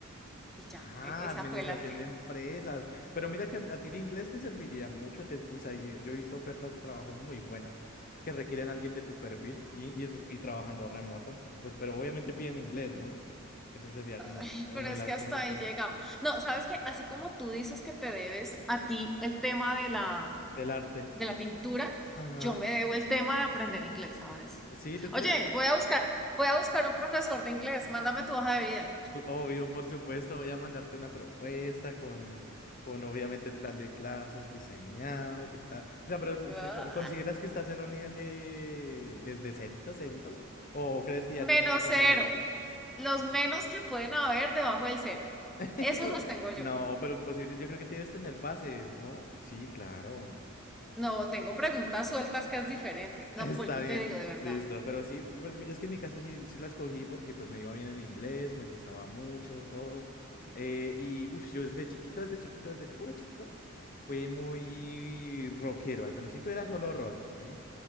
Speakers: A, in the centre; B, on the left.
A: y ya,
B: Ah,
A: e- esa
B: administración
A: fue la que,
B: de empresas. Pero mira que a ti el inglés te serviría mucho. te- o sea, y- yo he visto ofertas de trabajo muy buenas que requieren a alguien de tu perfil y, y, es- y trabajando remoto. Pues, pero obviamente piden inglés, ¿no? Ese sería como,
A: Ay,
B: eh, como
A: pero es
B: el asunto
A: que hasta ahí llegamos. No, sabes que así como tú dices que te debes a ti el tema de la,
B: del arte.
A: de la pintura,
B: Ajá.
A: yo me debo el tema de aprender inglés, ¿sabes?
B: ¿Sí, tú
A: Oye,
B: crees?
A: voy a buscar, voy a buscar un profesor de inglés, mándame tu hoja de vida.
B: Cl- Obvio, por supuesto, voy a mandarte una propuesta con, con obviamente el plan de clases diseñado, ¿qué tal? O sea, pero ¿te,
A: Ah,
B: te co- consideras que estás en un nivel de desde cerito, cerito? ¿O crees que ya
A: Menos
B: tienes más o
A: cero,
B: menos?
A: los menos que pueden haber debajo del cero.
B: <laughs>
A: Esos los tengo yo.
B: No, pero imposible. Yo creo que tienes que tener bases, ¿no? Sí, claro.
A: No, tengo preguntas sueltas que es diferente. No,
B: Está
A: vuelvo
B: bien,
A: y te digo de verdad.
B: listo, pero sí, pues es que en mi caso sí, sí la escogí porque pues me iba bien en inglés, me gustaba mucho todo, eh, y uff, yo desde chiquito, desde chiquito, desde puro chiquito, fui muy rockero, al principio era solo rock, ¿sí?